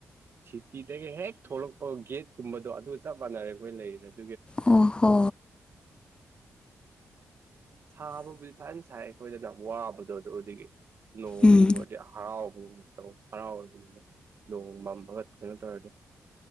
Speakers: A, on the right; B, on the left.
A: ꯁꯤꯇꯤꯗꯒꯤ ꯍꯦꯛ ꯊꯣꯛꯂꯛꯄ ꯒꯦꯠꯀꯨꯝꯕꯗꯣ ꯑꯗꯨ ꯆꯞ ꯃꯥꯟꯅꯔꯦ ꯑꯩꯈꯣꯏ ꯂꯩꯔꯤꯗꯅ
B: ꯑꯣ ꯍꯣ
A: ꯁꯥꯕꯕꯨꯗꯤ ꯐꯖꯅ ꯁꯥꯏ ꯑꯩꯈꯣꯏꯗ ꯌꯥꯝ ꯋꯥꯕꯗꯣ ꯑꯗꯨ ꯑꯗꯨꯒꯤ ꯅꯣꯡ
B: ꯎꯝ
A: ꯆꯨ ꯍꯔꯥꯎ ꯇ ꯍꯔꯥꯎꯔꯒꯅꯦ ꯅꯣꯡ ꯃꯝꯕꯒ ꯊꯅ ꯇꯧꯔꯗꯤ